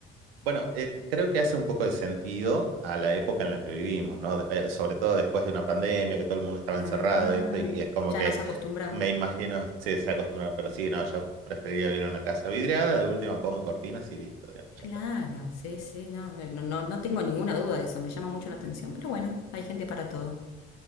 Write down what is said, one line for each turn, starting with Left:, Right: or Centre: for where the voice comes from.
Right: Bueno, eh, creo que hace un poco de sentido a la época en la que vivimos, ¿no? De- eh, sobre todo después de una pandemia, que todo el mundo estaba
Left: Ah,
Right: encerrado y esto, y es como
Left: ya
Right: que
Left: nos acostumbramos.
Right: me imagino, sí, se ha acostumbrado, pero sí, no, yo preferiría vivir en una casa vidriada, de última pongo cortinas y listo, digamos, ya
Left: Claro,
Right: está.
Left: sí, sí, no, eh, no, no no tengo ninguna duda de eso, me llama mucho la atención, pero bueno, hay gente para todo.